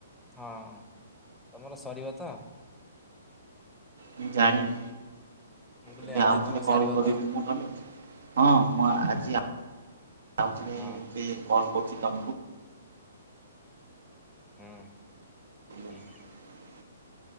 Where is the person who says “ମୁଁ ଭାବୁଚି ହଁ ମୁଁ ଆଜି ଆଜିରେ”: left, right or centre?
Right